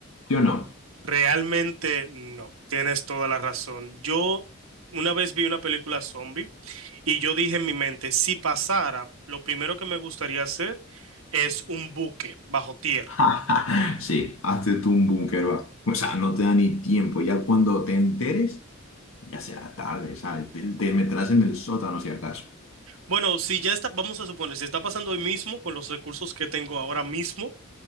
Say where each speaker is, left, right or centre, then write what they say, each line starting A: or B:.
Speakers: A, on the left; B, on the right.
A: ¿Sí o no?
B: Realmente no, tienes toda la razón. Yo una vez vi una película zombie y yo dije en mi mente, si pasara, lo primero que me gustaría hacer es un buque bajo tierra.
A: <laughs> Sí, hazte tú un búnker, va. O sea, no te da ni tiempo. Ya cuando te enteres, ya será tarde, ¿sabes? Te, te meterás en el sótano si acaso.
B: Bueno, si ya está, vamos a suponer, si está pasando hoy mismo con los recursos que tengo ahora mismo,